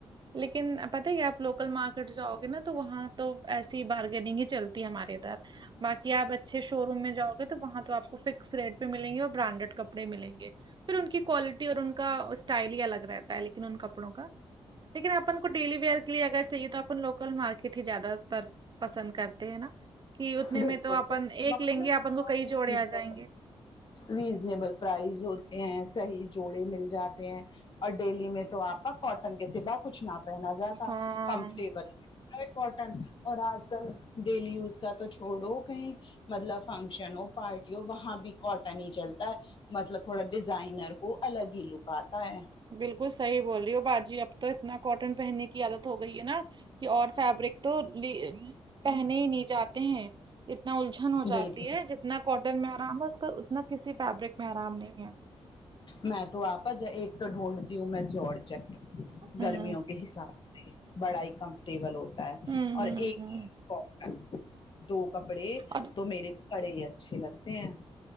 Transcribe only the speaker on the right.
لیکن پتا ہے کہ آپ لوکل مارکیٹ جاؤ گے نا تو وہاں تو ایسی بارگیننگ ہی چلتی ہمارے ادھر باکی آپ اچھے شو روم میں جاؤ گ تو وہاں تو آپ کو فکس ریٹ پے ملیں گے اور برانڈیڈ کپڑے ملیں گے پھر ان کی کوالٹی اور ان کو کا اسٹائل ہی الگ رہتا ہے لیکن ان کپڑوں کا لیکن اپن کو ڈیلی ویئر کے لیے اگر چاہیے تو اپن لوکل مارکیٹ ہی زیادہ تر پسند کرتے ہیں نا کہ اتنے
میں تو اپن ایک
لیں گے اپن کو کئی جوڑے آ جائیں گے
ہاں
بالکل صحیح بول رہی ہو باجی اب تو اتنا کاٹن پہننے کی عادت ہو گئی ہے نا کہ اور فیبرک تو پہنے ہی نہیں جاتے ہیں اتنا الجھن ہو
جاتی ہے جتنا کاٹن میں آرام ہے اس کا اتنا کسی فیبرک میں آرام نہیں ہے
ہوں
ہوں
ہوں ہوں
اور